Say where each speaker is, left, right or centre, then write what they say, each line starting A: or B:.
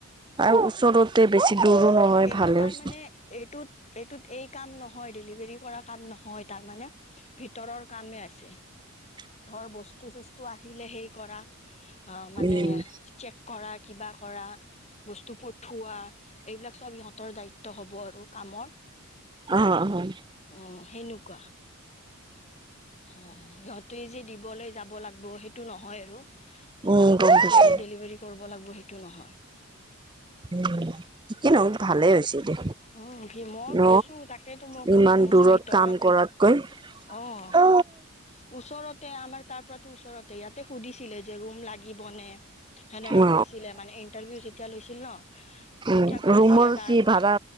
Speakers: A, on the right; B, on the left.
A: আৰু ওচৰতে বেছি দূৰো নহয়।
B: এইটো
A: ভালে
B: তাৰ
A: হৈছে
B: মানে এইটোত এইটোত এই কাম নহয় ডেলিভাৰী কৰা কাম নহয় তাৰমানে ভিতৰৰ কামে আছে।
A: <unintelligible>
B: ধৰ বস্তু চস্তু আহিলে সেই কৰা। অ মানে
A: উম
B: চেক কৰা, কিবা কৰা, বস্তু পঠোৱা, এইবিলাক চব সিহঁতৰ দায়িত্ব হব আৰু কামৰ।
A: অ অ উম
B: অ' সেনেকুৱা। অ সিহঁতে যে দিবলৈ যাব লাগিব সেইটো নহয় আৰু। সিহঁতেও
A: উম গম পাইছো
B: সেই ডেলিভাৰী কৰিব লাগিব সেইটো নহয়।
A: উম' যি নহওঁক ভালেই হৈছে দে।
B: অহ' ভীমৰ
A: ন
B: কৈছো তাকেইেতো মই
A: ইমান
B: ক'লো মইছো
A: দূৰত
B: ভিতক।
A: কাম কৰাতকৈ
B: অহ'
A: অ
B: ওচৰতে আমাৰ তাৰ পৰাতো ওচৰতে ইয়াতে সুধিছিলে যে ৰুম লাগে। বনে, সেনেকা
A: অ
B: কৈছে মানে, ইণ্টাৰভিউ যেতিয়া লৈছিল ন
A: উম
B: তেতিয়া কৈছিলে
A: ৰুমৰ
B: তাৰমান
A: কি ভাড়া